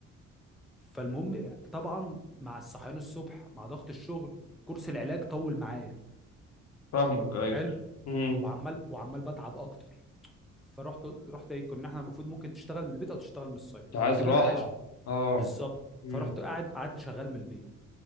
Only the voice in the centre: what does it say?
فالمهم طبعا مع الصحيان الصبح مع ضغط الشغل كورس العلاج طول معايا
حلو
وعمال وعمال بتعب اكتر فرحت رحت ايه كنا احنا المفروض ممكن تشتغل من البيت او تشتغل من السايت
فقمت
جاي رايح أش-
بالظبط
فرحت قاعد قعدت شغال من البيت